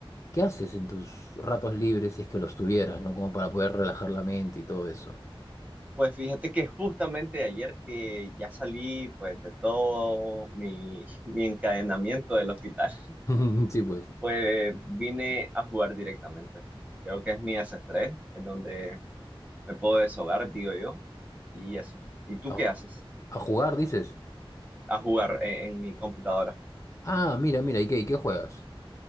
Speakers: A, on the left; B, on the right.
A: ¿qué haces en tus ratos libres si es que los tuvieras, ¿no? Como para poder relajar la mente y todo eso.
B: Pues fíjate que justamente ayer que ya salí pues de todo mi, <laughs> mi encadenamiento del hospital,
A: <laughs> Sí, pues.
B: pues vine a jugar directamente. Creo que es mi desestrés, es donde me puedo deshogar, digo yo, y eso. ¿Y tú
A: A,
B: qué haces?
A: a jugar, dices.
B: A jugar eh, en mi computadora.
A: Ah, mira, mira, ¿y qué, y qué juegas?